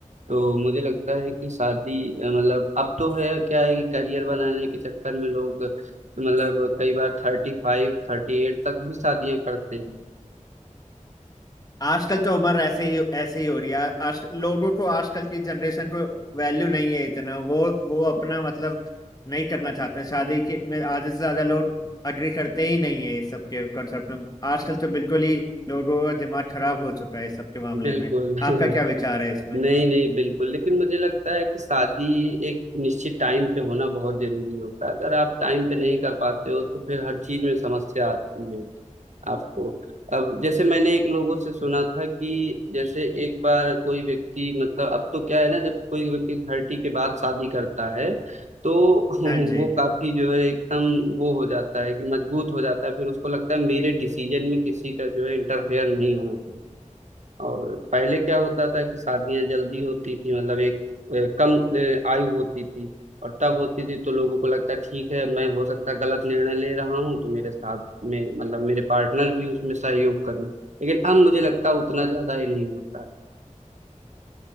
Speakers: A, on the right; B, on the left.
A: तो मुझे लगता है कि शादी अ, मतलब अब तो है क्या है कि करियर बनाने के चक्कर में लोग मतलब कई बार थर्टी फाइव थर्टी एट तक भी शादियां करते हैं
B: आजकल तो उम्र ऐसे ही ऐसे ही हो रही है आज लोगों को आजकल की जनरेशन को वैल्यू नहीं है इतना वो वो अपना मतलब नहीं करना चाहते हैं शादी के में आधे से ज्यादा लोग अग्री करते ही नहीं है इस सब के कॉन्सेप्ट में आजकल तो बिल्कुल ही लोगों का दिमाग खराब हो चुका है इस सब के मामले
A: बिल्कुल
B: में
A: <laughs>
B: आपका क्या विचार है इसमें
A: नहीं नहीं बिल्कुल लेकिन मुझे लगता है कि शादी एक निश्चित टाइम पे होना बहुत जरूरी होता है अगर आप टाइम पे नहीं कर पाते हो तो फिर हर चीज में समस्या आती है आपको अब जैसे मैंने एक लोगों से सुना था कि जैसे एक बार कोई व्यक्ति मतलब अब तो क्या है ना जब कोई व्यक्ति थर्टी के बाद शादी करता है तो <laughs>
B: हाँ जी
A: वो काफी जो है एकदम वो हो जाता है कि मजबूत हो जाता है फिर उसको लगता है मेरे डिसीजन में किसी का जो है इंटरफेयर नहीं होना चाहिए और पहले क्या होता था कि शादियां जल्दी होती थी मतलब एक अ, कम अ, आयु होती थी और तब होती थी तो लोगों को लगता ठीक है मैं हो सकता है गलत निर्णय ले रहा हूँ तो मेरे साथ में मतलब मेरे पार्टनर भी उसमें सहयोग करें लेकिन अब मुझे लगता है उतना ज्यादा ही नहीं होता है